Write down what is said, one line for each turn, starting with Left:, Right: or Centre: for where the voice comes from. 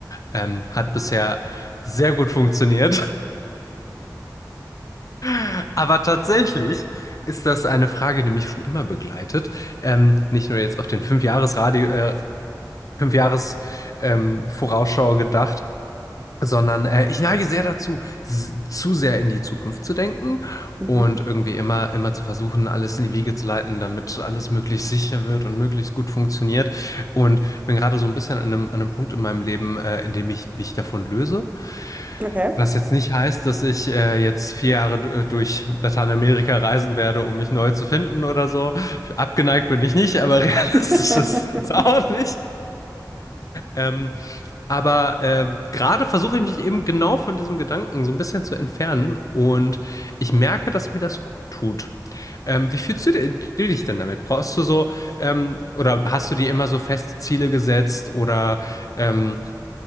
Left: Ähm, hat bisher sehr gut funktioniert. <laughs> Aber tatsächlich ist das eine Frage, die mich schon immer begleitet. Ähm, nicht nur jetzt auf den Fünfjahresradio, äh, Fünfjahres, ähm, Vorausschau gedacht, sondern äh, ich neige sehr dazu, s- zu sehr in die Zukunft zu denken
Right: Mhm.
Left: und irgendwie immer, immer zu versuchen, alles in die Wege zu leiten, damit alles möglichst sicher wird und möglichst gut funktioniert. Und bin gerade so ein bisschen an einem, an einem Punkt in meinem Leben, äh, in dem ich mich davon löse.
Right: Okay.
Left: Was jetzt nicht heißt, dass ich äh, jetzt vier Jahre d- äh, durch Lateinamerika reisen werde, um mich neu zu finden oder so. Ich, abgeneigt bin ich nicht, aber <laughs> realistisch
Right: <laughs>
Left: ist es auch nicht. Ähm, aber äh, gerade versuche ich mich eben genau von diesem Gedanken so ein bisschen zu entfernen und ich merke, dass mir das gut tut. Ähm, wie fühlst du, di- du dich denn damit? Brauchst du so, ähm, oder hast du dir immer so feste Ziele gesetzt oder ähm,